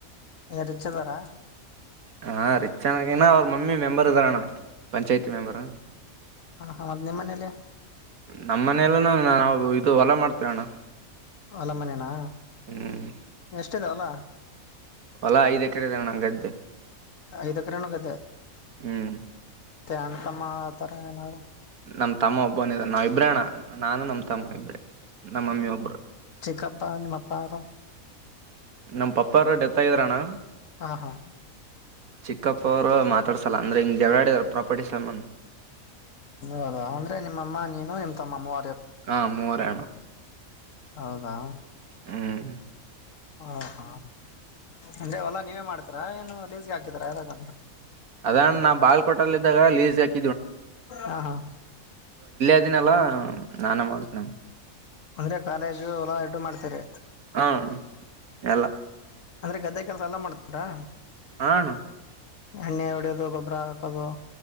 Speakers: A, on the left; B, on the right.
A: ರಿಚ್ ಅದಾರ
B: ಹಾ ರಿಚ್ ಚೆನ್ನಾಗಿೇನ ಅವ್ರ ಮಮ್ಮಿ ಮೆಂಬರ್ ಇದಾರಣ್ಣ ಪಂಚಾಯ್ತಿ ಮೆಂಬರ್
A: ಹ ಹ ಮದ್ ನಿಮ್ಮ ಮನೇಲ್ಲ
B: ನಮ್ಮ್ನೆಯಲ್ಲ ನಾವು ಇದು ಹೊಲ ಮಾಡ್ತೇವ ಅಣ್ಣ
A: ಅಲ ಮನೇನಾ
B: ಹ್ಮ್
A: ಎಷ್ಟ ಇದಲ್ಲ
B: ಅಲ್ಲಾ ಐದ್ ಎಕರೆ ಇದಾವಣಂಗದ್ದೆ
A: ಐದಕರೆಣೋಗ್ದ
B: ಹ್ಮ್
A: ತಂಡ ತಮ್ಮ ಆ ತರ ಏನಾರು
B: ನಮ ತಮ್ಮ ಒಬ್ಬನ ನಾವ ಇಬ್ರೇಣ್ಣ ನಾನು ನಮ್ ತಮ್ಮ ಇಬ್ರೇ ನಮ್ಮ ಮಮ್ಮಿ ಒಬ್ರು
A: ಚಕ್ಕಪ್ಪಾ ಮಾಪ್ಪಾರೋ
B: ನಮ್ ಪಪ್ಪ ಅವರು ಡೆತ್ ಆಗಿದರಣ್ಣ
A: ಹಾ ಹಾ
B: ಚಿಕ್ಕಪ್ಪ ಅವರು ಮಾತಾಡ್ಸಲ್ಲ ಅಂದ್ರೆ ಹಿಂಗಗೆರಡಾಡಿದಾರ ಪ್ರಾಪರ್ಟಿ ಸಾಮಾನ್
A: ಹದ ಅಂದ್ರೆ ನಿಮ್ಮಮ್ಮ ನೀನು ನಿಮ್ಮ ತಮ್ಮಮ್ಮ
B: ಹಾ ಮೂವರೇ ಅಣ್ಣ
A: ಹೌದಾ
B: ಹ್ಮ್
A: ಹಾ ಹಾ ಅಂದೆ ಹೊಲ್ಲಾ ನೀವೇ ಮಾಡ್ತೀರಾ ಏನು ಲೇಸಿ ಹಾಕಿದರಾ ಯಾರ್ರ
B: ಅದಣ್ ನಾ ಬಾಲ್ ಕೊಟ್ಟಲ್ಲಿದ್ದಾಗ ಲೀಸ್ ಯಾಕ
A: ಹಾ ಹಾ
B: ಇದಿನಲ್ಲಾ ನಾನ ಮಾಡ್ತನ
A: ಅಂದ್ರೆ ಕಾಲೇಜು ಹೊಲ ಎಡ್ಡು ಮಾಡ್ತರಿ
B: ಹ್ಮ ಎಲ್ಲ
A: ಅಂದ್ರೆ ಗದ್ದೆ ಕೆಲಸ ಎಲ್ಲ ಮಾಡ್ತಾರಾ
B: ಹನುು
A: ಅಣ್ಣ ಎವಡದು ಗೊಬ್ಬರ ಹಕದು